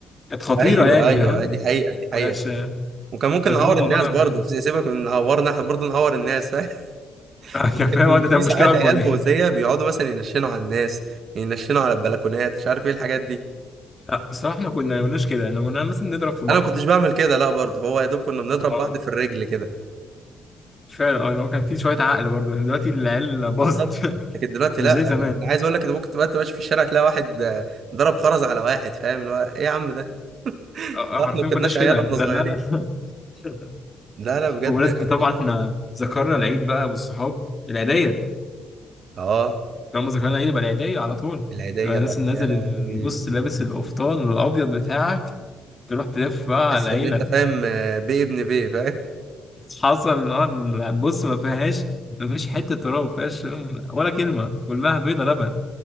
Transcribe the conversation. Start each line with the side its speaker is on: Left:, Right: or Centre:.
Left: كانت خطيرة
Right: ايوه
Left: يعني
Right: ايوه
Left: فاهم
Right: أيوة، دي حقيقة دي حقيقة
Left: ما كانتش
Right: وكان ممكن
Left: أنت فاهم
Right: نعور
Left: الموضوع
Right: الناس برضه
Left: ده.
Right: في- سيبك من نعورنا احنا برضه نعور الناس فاهم
Left: <laughs>
Right: <laughs>
Left: كان فاهم
Right: كان
Left: آه، ده كانت
Right: في ساعات
Left: مشكلة أكبر
Right: عيال
Left: دي
Right: مؤذية بيقعدوا مثلا ينشنوا على الناس ينشنوا على البلكونات مش عارف ايه الحاجات دي
Left: لا بصراحة إحنا كنا ما كناش كده إحنا كنا مثلا نضرب في بعض
Right: انا ما كنتش بعمل كده لا برضه هو يا دوب كنا بنضرب
Left: آه.
Right: بعض في الرجل كده
Left: فعلا اه يعني هو كان في شويه عقل برضه يعني دلوقتي العيال باظت
Right: بالظبط
Left: <laughs>
Right: لكن دلوقتي
Left: مش
Right: لا
Left: زي زمان
Right: انا انا عايز اقول لك ان ممكن تبقى انت ماشي في الشارع تلاقي واحد آه، ضرب خرز على واحد فاهم اللي هو ايه يا عم ده <laughs>
Left: آه،
Right: ده
Left: آه، حرفيا
Right: احنا ما
Left: ما
Right: كناش
Left: كناش
Right: عيال
Left: كده
Right: واحنا
Left: لا
Right: صغيرين
Left: لا لا <laughs>
Right: لا لا بجد
Left: بمناسبة
Right: كانوا
Left: طبعا
Right: فظاع
Left: احنا ذكرنا العيد بقى والصحاب العيدية
Right: اه
Left: طالما ذكرنا العيد يبقى العيدية على طول
Right: العيدية
Left: يبقى الناس
Right: بقى
Left: اللي
Right: يا
Left: نازل
Right: لهوي
Left: ال- بص لابس القفطان الأبيض بتاعك تروح تلف بقى
Right: تحس
Left: على العيلة
Right: ان انت فاهم آه، بيه ابن بيه فاهم
Left: حصل اه بص ما فيهاش ما فيهاش حتة تراب ما فيهاش ولا كلمة كلها بيضة لبن